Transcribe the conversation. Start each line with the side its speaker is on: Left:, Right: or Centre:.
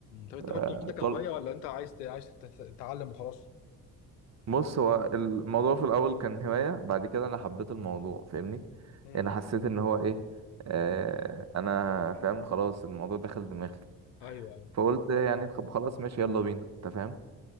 Left: طب انت
Right: آه،
Left: كنت واخدها كهوايه
Right: طل
Left: ولا انت عايز ت- عايز تت- تتعلم وخلاص؟
Right: بص هو الموضوع في الاول كان هواية بعد كده انا حبيت الموضوع فاهمني
Left: امم
Right: انا حسيت ان هو ايه آه، انا فاهم خلاص الموضوع دخل دماغي
Left: ايوه ايوه
Right: فقلت يعني خب- خلاص ماشي يلا بينا انت فاهم